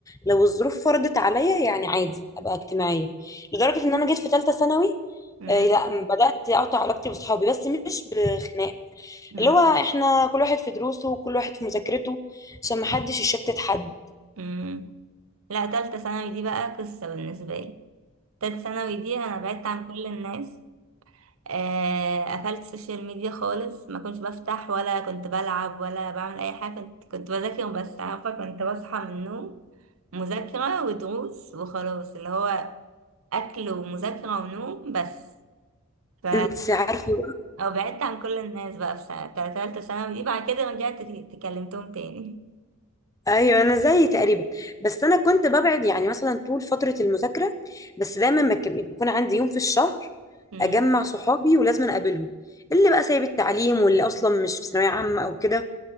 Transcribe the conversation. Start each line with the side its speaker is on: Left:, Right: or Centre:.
Left: لو الظروف فرضت عليا يعني عادي ابقى اجتماعيه لدرجه ان انا جيت في ثالثه ثانوي
Right: مم.
Left: آه، لا بدات اقطع علاقتي بصحابي بس مش بخناق
Right: مم.
Left: اللي هو احنا كل واحد في دروسه وكل واحد في مذاكرته عشان ما حدش يشتت حد
Right: مم. لا تالتة ثانوي دي بقى قصة بالنسبة لي تالتة ثانوي دي انا بعدت عن كل الناس آه، قفلت السوشيال ميديا خالص ما كنتش بفتح ولا كنت بلعب ولا بعمل اي حاجة كنت كنت بذاكر وبس عارفة كنت بصحى من النوم مذاكرة ودروس وخلاص اللي هو اكل ومذاكرة ونوم بس ف
Left: انت عارفه
Right: أو بعدت عن كل الناس بقى في سنة تالتة ثانوي دي بعد كده رجعت تكلمتهم تاني
Left: ايوه انا زيي تقريبا بس انا كنت ببعد يعني مثلا طول فتره المذاكره بس دايما بك- بيكون عندي يوم في الشهر
Right: <laughs>
Left: اجمع صحابي ولازم اقابلهم اللي بقى سايب التعليم واللي اصلا مش في ثانويه عامه او كده